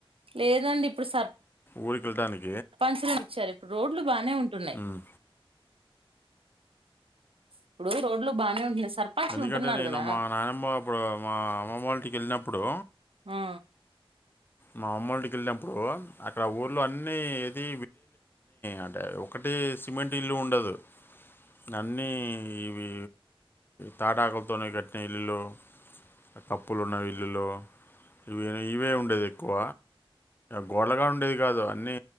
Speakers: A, on the right (about 70°); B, on the left (about 20°).
A: లేదండి ఇప్పుడు సర్
B: ఊరికేల్డానీకి
A: పంచర్ ఎపించారు ఇప్పు రోడ్లు బానే ఉంటున్నాయి
B: హ్మ్.
A: ఇప్పుడు రోడ్లు బానే ఉంటున్నాయి సర్పంచులు
B: ఎందుకంటే
A: ఉంటున్నారు
B: నేను
A: కదా
B: మా నానమ్మ అప్పుడు మా అమ్మమ్మ వాళ్ వెళ్ళినప్పుడు
A: ఆ
B: మా అమ్మఇంటికి వెళ్ళినప్పుడు అక్కడ ఊళ్ళ అన్ని ఇది అంటే <unintelligible> ఒకటి సిమెంట్ ఇల్లు ఉండదు అన్నీ ఇవి తాటాకులతోనే కట్టిన ఇల్లులు కప్పులు ఉన్న ఇల్లులో ఇవ ఇవే ఉండేది ఎక్కువ గోడలు కూడా ఉండేది కాదు అన్నీ